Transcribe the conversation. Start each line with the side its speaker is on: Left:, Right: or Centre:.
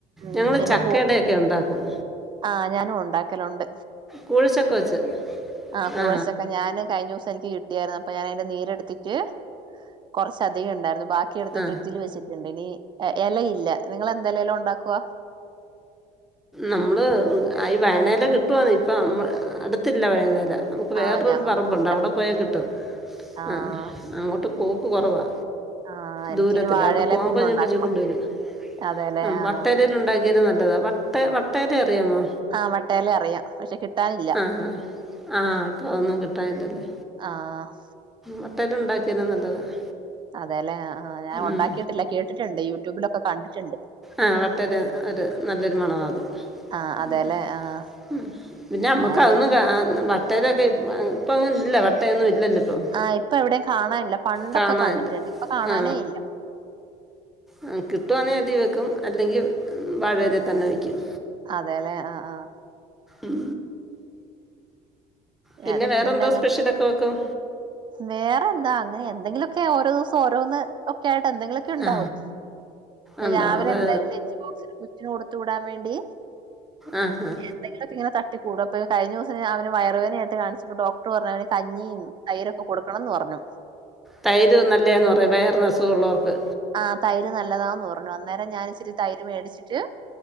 Right: ഉം
Centre: ഞങ്ങൾ
Right: പിന്നെ
Centre: ചക്കടയൊക്കെ ഉണ്ടാക്കും
Right: ആഹ് ഞാനും ഉണ്ടാക്കലുണ്ട്
Centre: കൂഴച്ചക്ക വെച്ച്
Right: ആഹ് കൂഴച്ചൊക്കെ
Centre: ആ
Right: ഞാന് കഴിഞ്ഞ ദിവസം എനിക്ക് കിട്ടിയായിരുന്നു അപ്പൊ ഞാൻ അതിന്റെ നീരെടുത്തിട്ട് കൊറച്ച് അധികം ഉണ്ടായിരുന്നു ബാക്കി ക്കിയുണ്ട്
Centre: ആ
Right: ഫ്രിഡ്ജിൽ വെച്ചിട്ടുണ്ട് ഇനി ഇലയില്ല നിങ്ങള് എന്ത് ഇലയിലാ ഉണ്ടാക്കുവ
Centre: നമ്മള് ഈ വാഴനി ഇല കിട്ടുവാന്ന് ഇപ്പം അടുത്തില്ല വാഴ ഇല വേറെരു
Right: ആഹ് ഞങ്ങൾക്കും
Centre: പറമ്പുണ്ട്
Right: ഇല്ല
Centre: അവിടെ പോയകിട്ടും
Right: ആഹ്
Centre: ആ അങ്ങോട്ട് പോക്ക് കുറവാ
Right: ആഹ് എനിക്കിനി
Centre: ദൂരത്തില്ല
Right: വാഴയില
Centre: അവിടെ പോകുമ്പോ
Right: തന്നെ ഉണ്ടാക്കണം
Centre: ഞാൻ പിച്ചി കൊണ്ടുവരും
Right: അതെല്ലേ
Centre: ഉം
Right: ആഹ്
Centre: വട്ട ഉണ്ടാക്കിയാലും നല്ലതാ വട്ട വട്ടേ ഇല അറിയാമോ
Right: ആഹ് വട്ടയില അറിയാം പക്ഷെ കിട്ടാനില്ല
Centre: ആഹ് ആഹ് ആ ഇപ്പൊ ഒന്നും കിട്ടാനില്ലാല്ലേ
Right: ആഹ്
Centre: വട്ടെല് ഉണ്ടാക്കിയത് നല്ലതാണ്
Right: അതെല്ലേ ആഹ് ഞാൻ ഉണ്ടാക്കിയിട്ടില്ല
Centre: ഉം.
Right: കേട്ടിട്ടുണ്ട് യൂട്യൂബിലൊക്കെ കണ്ടിട്ടുണ്ട്
Centre: ആഹ് വട്ട ഇല ഒരു നല്ലൊരു മണവാ അത്
Right: ആഹ്
Centre: ഉം
Right: അതെല്ലെ ആഹ്
Centre: ഉം പിന്നെ നമ്മുക്ക്
Right: ഞാന്
Centre: അതൊന്നും ക്കാ വട്ടയിലൊക്കെ ഇപ്പൊ ഇപ്പ അങ്ങന ഇല്ല വട്ടയൊന്നും ഇല്ലല്ലോ ഇപ്പം
Right: ആ ഇപ്പൊ എവിടെ കാണാനില്ല പണ്ടൊക്കെ
Centre: കാണാനില്ല
Right: കണ്ടിട്ടുണ്ട് ഇപ്പൊ കാണാനേ
Centre: ആ
Right: ഇല്ല
Centre: ആ കിട്ടുവാന്നെ അതി വെക്കും അല്ലെങ്കിൽ വാഴ ഇലതിൽ തന്നെ വയ്ക്കും
Right: അതെല്ലേ ആഹ് ആഹ്
Centre: ഉം പിന്നെ
Right: ഇടക്ക്
Centre: വേറെന്തോ
Right: അങ്ങനെ
Centre: സ്പെഷ്യൽൊക്കെ വെക്കും
Right: വേറെ എന്താ അങ്ങനെ എന്തെങ്കിലൊക്കെ ഓരോ ദിവസം ഓരോന്ന് ഒക്കെ ആയിട്ട് എന്തെങ്കിലും ക്കെ ഉണ്ടാവും
Centre: ആ ഉണ്ടാവും
Right: രാവിലെ
Centre: അത്
Right: എന്തായാലും ലെഞ്ച് ബോക്സിന് <inaudible> ന് കൊടുത്തു വിടാൻ വേണ്ടി
Centre: ആഹ് ആഹ്.
Right: എന്തെങ്കിലൊക്കെ ഇങ്ങനെ തട്ടി കൂട <unintelligible> അപ്പത് കഴിഞ്ഞ വ്സം ഞാ വയറ് വേ നേര്ത്തെ കാണിച്ചപ്പം ഡോക്ടർ പറഞ്ഞു. അവന് കഞ്ഞിം തൈരൊക്കെ കൊടുക്കണംന്ന് പറഞ്ഞു.
Centre: തൈര് നല്ലേന്ന് പറയും വയർനെസ്സ് ഉള്ളോർക്ക്.
Right: ആഹ് തൈര് നല്ലതാന്ന് പറഞ്ഞു. അന്നേരം ഞാൻ ഇച്ചിരി തൈര് മേടിച്ചിട്ട്.